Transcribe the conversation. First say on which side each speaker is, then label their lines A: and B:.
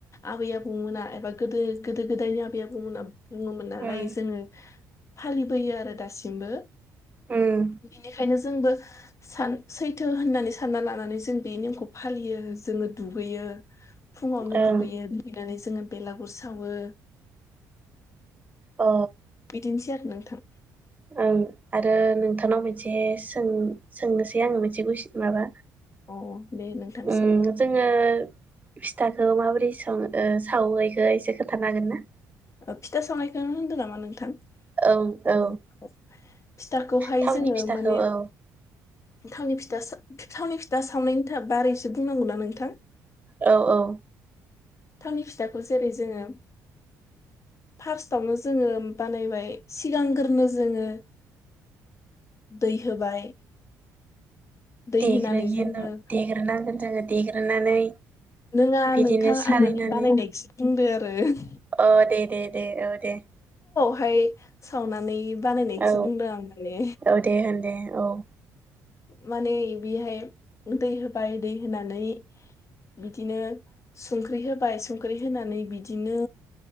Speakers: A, on the left; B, on the right.
A: आबै आबौमोना एबा गोदो गोदो गोदायनि आबै आबौमोना बुङोमोन नालाय
B: ओं
A: जोङो फालिबोयो आरो दासिमबो
B: ओं
A: बेनिखायनो जो जोंबो सान सैथो होननानै सानना लानानै जों बे नेमखौ फालियो जोङो दुगैयो। फुङावनो
B: ओं
A: दुगैयो दुगैनानैसो जोङो बेलागुर सावो।
B: अ
A: बिदिनोसै नोंथां
B: ओं आरो नोंथांनाव मोनसे सों-सोंनोसै आङो मोनसे कुइसन माबा
A: अ दे नोंथां
B: उम जोङो फिथाखौ माबोरै सं ओ सावो इखो इसे खोथानो हागोन ना?
A: ओ फिथा सावनायखो होनदों नामा नोंथां?
B: औ औ
A: उम फिथाखौहाय
B: थावनि
A: जोङो
B: फिथाखौ
A: माने
B: औ
A: थावनि फिथ फिथा सा थावनि फिथा सावनायनि था बारैसो बुंनांगौना नोंथां?
B: औ औ
A: थावनि फिथाखौ जेरै जोङो फार्स्टआवनो जोङो बानायबाय सिगांग्रोनो जोङो दै होबाय। दै
B: देग्रोयो
A: होनानै जोङो
B: नों देग्रोनांगोन। जोङो देग्रोनानै
A: नोङा
B: बिदिनो
A: नोंथां
B: सालिनानै
A: आं माने बानायनायखोसो बुंदों। <unintelligible>
B: अ दे दे दे औ दे
A: फाय सावनानैम बानायनायखोसो
B: औ
A: बुंदों आं माने
B: औ दे होन दे औ
A: माने बेहाय दै होबाय दै होनानै बिदिनो संख्रि होबाय संख्रि होनानै बिदिनो